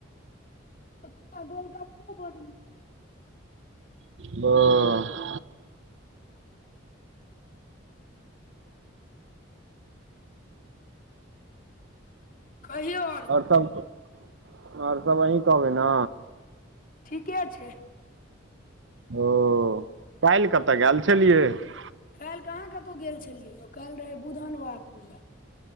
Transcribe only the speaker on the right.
ब <unintelligible>
आओर सब आओर सब अही कहबै ने,
ओ काल्हि कतऽ आयल छलियै <unintelligible>